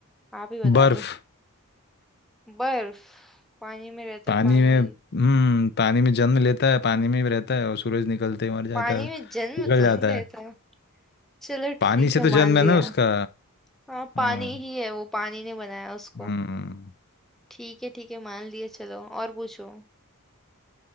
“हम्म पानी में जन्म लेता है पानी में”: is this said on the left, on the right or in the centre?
Left